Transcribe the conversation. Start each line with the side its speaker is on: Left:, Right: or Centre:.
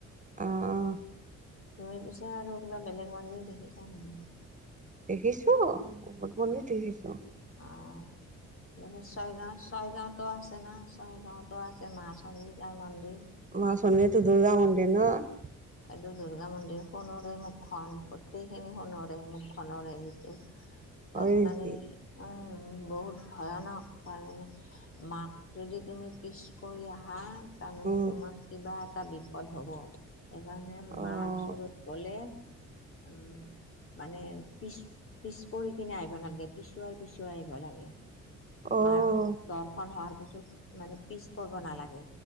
Right: অঁ-অঁ। <unintelligible>
Left: ত‌ই পিছে আৰু কিবা বেলেগ মন্দিৰ দেখিছা নাই? <unintelligible>
Right: দেখিছোঁ বহুত মন্দিৰ দেখিছোঁ। <inaudible>
Left: অঁ মানে চাইগাঁ <unintelligible> ছয়গাঁৱতো আছে না, ছয়গাঁৱতো আছে মা চন্দিকাৰ মন্দিৰ। <unintelligible>
Right: মা সনীৰতো দুৰ্গা মন্দিৰ ন? <unintelligible>
Left: এইটো দুৰ্গা মন্দিৰ, সোণৰে মুখখন গোটেইখিনি সোণৰে মুখখনৰ হেৰিটো। <inaudible>
Right: হয়
Left: তাত
Right: নেকি?
Left: মানে উম বহুত ভয়ানক তাৰ মানে <unintelligible> মাক যদি তুমি পিচ কৰি আহা <inaudible> তাৰমানে
Right: উম,
Left: তোমাৰ কিবা এটা বিপদ হ'ব। <unintelligible> সেইকাৰণে
Right: অ'।
Left: মাৰ ওচৰত গ'লে উম <unintelligible> মানে পিচ-পিচ কৰি কিনে আহিব নালাগে, পিছুৱাই-পিছুৱাই আহিব লাগে। <unintelligible>
Right: অ',
Left: মাৰ দৰ্শন হোৱাৰ পিছত মানে পিছ কৰিব নালাগে